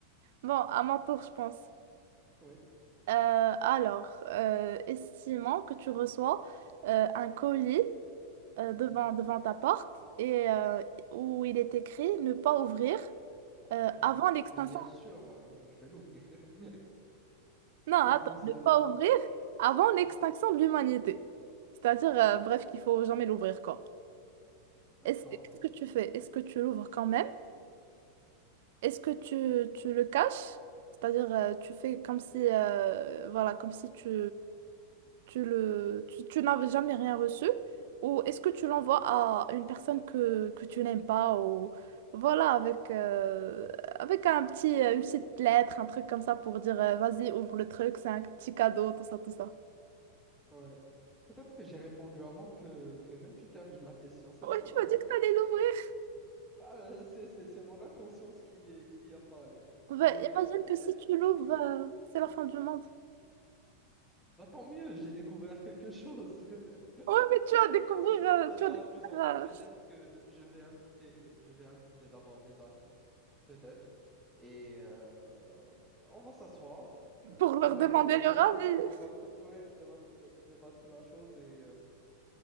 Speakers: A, on the right; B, in the centre.
A: Bon, à mon tour, je pense.
B: Oui.
A: Euh, alors, euh, estimons que tu reçois euh, un colis euh,
B: Mhm,
A: devant, devant ta porte et euh, où il est écrit ne pas ouvrir euh,
B: mhm.
A: avant l'extinction.
B: Mais bien sûr, euh, je vais l'ouvrir. <laughs>
A: Non,
B: L'enthousiaste
A: attends, ne pas
B: en moi.
A: ouvrir avant l'extinction
B: Mhm.
A: de l'humanité. C'est-à-dire, euh, bref, qu'il faut jamais l'ouvrir, quoi.
B: D'accord.
A: Est-ce, qu'est-ce que tu fais? Est-ce que tu l'ouvres quand même? Est-ce que tu, tu le caches? C'est-à-dire, euh, tu fais comme si, euh, voilà, comme si tu tu le, tu, tu n'avais jamais rien reçu, ou est-ce que tu l'envoies à une personne que, que tu n'aimes pas, ou voilà, avec, euh, avec un petit, une petite lettre, un truc comme ça pour dire, euh, vas-y, ouvre le truc, c'est un petit cadeau, tout ça, tout ça.
B: Ouais. Peut-être que j'ai répondu avant que, que même tu termines la question, c'est
A: Ouais,
B: ça.
A: tu
B: <laughs>
A: m'as dit que t'allais l'ouvrir.
B: Ah, euh, c'est, c'est, c'est mon inconscience qui, est- qui a parlé.
A: Ouais,
B: Mais
A: imagine
B: euh, peut-être,
A: que si tu
B: peut-être
A: l'ouvres,
B: que...
A: euh,
B: Mhm.
A: c'est la fin du monde.
B: Bah, tant mieux, j'ai découvert quelque chose. <laughs>
A: Ouais, mais tu
B: <laughs>
A: vas découvrir,
B: Ça, ça-
A: euh,
B: ça
A: tu
B: sera
A: vas découvrir
B: amusant, mais
A: euh,
B: peut-être que je vais inviter, je vais inviter d'abord mes amis, peut-être. Et euh, on va s'asseoir, de-
A: pour leur
B: débattre
A: demander
B: la chose,
A: leur avis.
B: débattre, ouais, débattre, débattre la chose. Et euh,